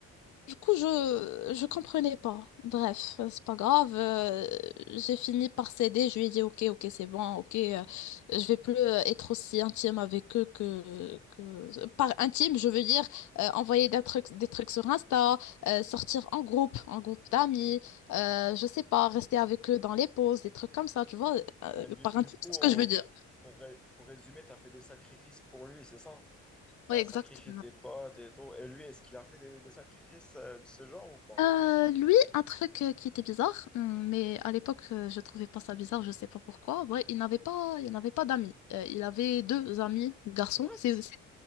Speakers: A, on the left; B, in the centre.
A: du coup, je je comprenais pas. Bref, c'est pas grave. euh, j'ai fini par céder. Je lui ai dit, ok, ok, c'est bon, ok. euh, je vais plus euh, être aussi intime avec eux que, que... Par intime, je veux dire euh, envoyer des trucs, des trucs sur Insta, euh, sortir en groupe, en groupe d'amis. euh, je sais pas, rester avec eux dans les pauses, des trucs comme ça, tu vois. euh,
B: Ah, du,
A: par
B: du
A: intime,
B: coup,
A: c'est ce
B: on-
A: que je veux dire.
B: pour, ré- pour résumer, t'as fait des sacrifices pour lui, c'est ça? T'as
A: Oui, exact.
B: sacrifié tes potes et tout. Et lui, est-ce qu'il a fait des, des sacrifices euh, de ce genre ou pas?
A: Euh, lui, un truc euh, qui était bizarre, hum, mais à l'époque, euh, je trouvais pas ça bizarre, je sais pas pourquoi. Ouais, il n'avait pas, il n'avait pas d'amis. Euh, il avait deux amis garçons.
B: What?
A: C'est, c'est-